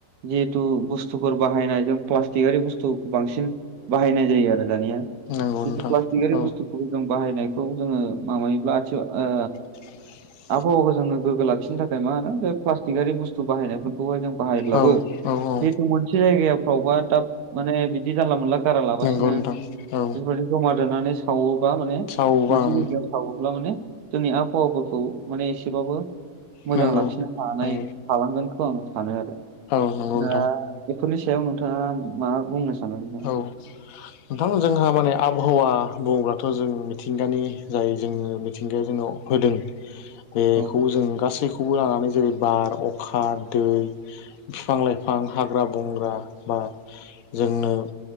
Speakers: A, on the right (about 70°); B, on the left (about 65°).
A: जिहेथु बुस्थुफोर बाहायनाय जों प्लास्टि आरि बुस्थु बांसिन बाहायनाय जायो आरो दानिया।
B: नंगौ
A: जिथु
B: नोंथां
A: प्लास्टिकारि
B: औ
A: बुस्थुफोरखौ जों बाहायनायखौ जोङो माबायोब्ला आथि ओ
B: <unintelligible>
A: आबहावाखौ जोङो गोग्गो लाखिनो थाखाय मा होनो बे प्लास्टिक आरि बुस्थु बाहायनायफोरखौहाय जों बाहायब्लाबो
B: औ औ औ
A: जिथ' मोनसे जायगाफ्रावबा दाब माने बिदि जानला मोनला गारा लाबासिनो
B: नंगौ नोंथां औ
A: इफोरबायदि जमा दोननानै सावोबा माने
B: सावबाम
A: मोनसे जायगायाव सावोब्ला माने जोंनि आबहावाफोरखौ माने एसेबाबो मोजां
B: नंगौ
A: लाखिनो हानाय
B: नंगौ
A: हालांगोनखौ आं सानो आरो।
B: औ नंगौ नोंथां
A: दा बेफोरनि सायाव नोंथाङा माबा बुंनो सानो नोंथा
B: <unintelligible> नोंथां जोंहा माने आबहावा बुङोब्लाथ' जों मिथिंगानि जाय जोंनि मिथिंगाया जोंनाव होदों बेखौ
A: औ
B: जों गासैखौ खौबो लानानै जेरै बार, अखा, दै बिफां लाइफां हाग्रा बंग्रा बा जोंनो